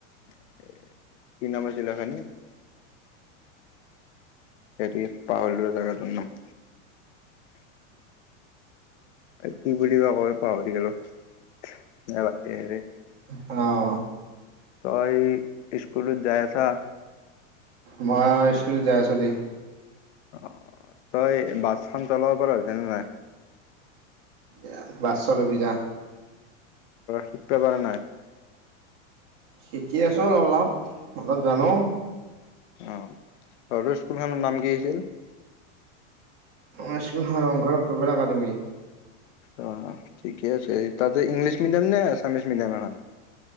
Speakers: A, on the left; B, on the right.
A: কি নাম আছিলা এইখনি হেৰি পাহৰিলোঁ জাগাটোৰ নাম। এই কি বুলি কৈ পাহৰি গ'লো আকৌ পাহৰি গলো বাদিয়
B: আহ।
A: তই স্কুলোত যাই আছা?
B: মই স্কুলত যাই আছো দেই।
A: অ' তই বাছখন চলাব পৰাৰ হৈছানে নাই?
B: এ বাছ চলাবি যা।
A: শিকিব পৰা নাই?
B: শিকি আছো অলপ-অলপ, অলপ জানো।
A: অ' তহতৰ স্কুলখনৰ নাম কি আছিল?
B: অ' ৰংঘৰ গ্লোবেল একাডমি।
A: অ' ঠিকেই আছে। তাতে ইংলিছ মিডিয়াম নে, আছামিছ মিডিয়াম এইখন?